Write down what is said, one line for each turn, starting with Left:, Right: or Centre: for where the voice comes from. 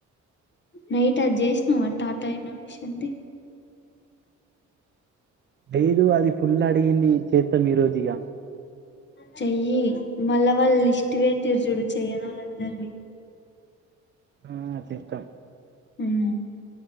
Left: నైట్ అది చేసినావా టాటా అయిన విషయంది
Right: లేదు అది ఫుల్ అడిగింది చేతాం ఈ రోజు ఇగ
Left: చెయ్యి మళ్ళా వాళ్ళు లిస్ట్ పెట్టిరు చూడు చెయ్యని వాళ్ళందరివి
Right: ఆ చేస్తా
Left: ఉమ్